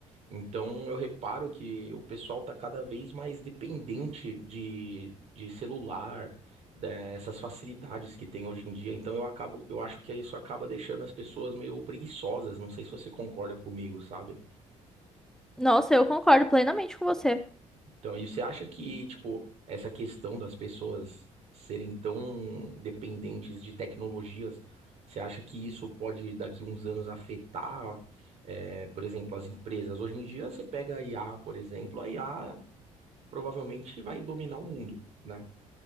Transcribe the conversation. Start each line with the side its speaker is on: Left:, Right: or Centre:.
Right: Então eu reparo que o pessoal tá cada vez mais dependente de, de celular, dessas facilidades que tem hoje em dia. Então eu acabo, eu acho que isso acaba deixando as pessoas meio preguiçosas. Não sei se você concorda comigo, sabe?
Centre: Nossa, eu concordo plenamente com você.
Right: Então, e você acha que, tipo, essa questão das pessoas serem tão dependentes de tecnologias, você acha que isso pode, daqui uns anos, afetar, é, por exemplo, as empresas? Hoje em dia, você pega a IA, por exemplo, a IA provavelmente vai dominar o mundo, né?